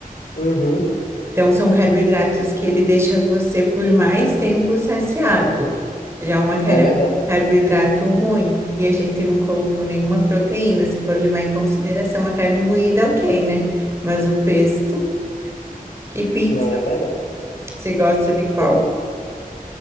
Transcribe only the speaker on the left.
Uhum.
É verdade.
Não, é verdade.
Eu,